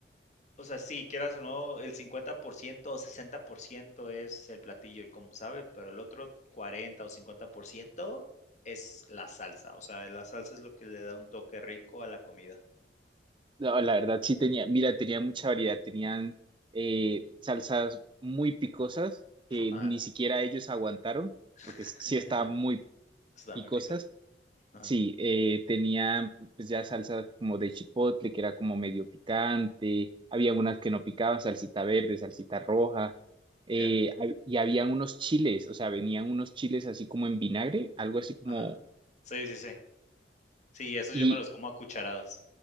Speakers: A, on the left; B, on the right.
A: o sea, sí, quieras o no, el 50% o 60% es el platillo y como sabe, pero el otro 40 o 50% es la salsa, o sea, la salsa es lo que le da un toque rico a la comida.
B: La, la verdad sí tenía, mira, tenía mucha variedad, tenían eh, salsas muy picosas que
A: Ajá.
B: ni siquiera ellos aguantaron porque
A: <laughs>
B: sí estaban muy
A: Están
B: picosas
A: muy picos Ajá,
B: Sí, eh, tenía pues ya salsa como de chipotle, que era como medio picante, había unas que no picaban, salsita verde, salsita roja, eh,
A: ya,
B: hab- y habían unos chiles, o sea, venían unos chiles así como en vinagre, algo así como,
A: ajá. Sí, sí, sí. Sí, esos
B: y
A: yo me los como a cucharadas,